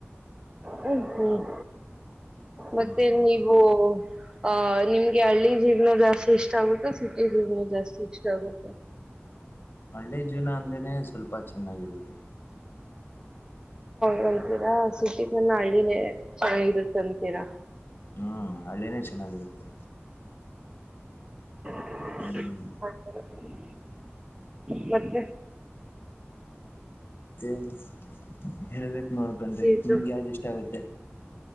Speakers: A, on the right; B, on the left.
A: ಹ್ಮ ಹ್ಮ್ ಮತ್ತೆ
B: ಹ್ಮ್ ಹ್ಮ್
A: ನೀವು ಅಹ ನಿಮ್ಗೆ ಹಳ್ಳಿ ಜೀಗ್ನ ಜಾಸ್ತಿ ಇಷ್ಟ ಆಗುತ್ತೆ ಸಿಟಿ ಜಿಗ್ನ ಜಾಸ್ತಿ ಇಷ್ಟ ಆಗುತ್ತೆ
B: ಹಳ್ಳಿ ಜೀವನ ಅಂದ್ರನೆ ಸ್ವಲ್ಪ ಚೆನ್ನಾಗಿರುತ್ತೆ
A: ಹಂತೀರಾ ಸಿಟಿಗನ್ನ ಹಳ್ಳಿನೇ ಚ ಇರುತ್ತಂತೀರಾ
B: ಹ್ಮ ಹಳ್ಳೇನೇ ಚೆನ್ನಾಗಿರುತ್ತೆ
A: ಹ
B: ಹ್ಮ್
A: ಸರಿ <inaudible> ಮತ್ತೆ
B: ತಿನ್ ಹೇಳ್ಬೇಕು ನೋಡ್ಕನ್
A: ಇದು
B: ನಿಮ್ಗೆ ಯಾವ್ದ್ ಇಷ್ಟ ಆಗುತ್ತೆ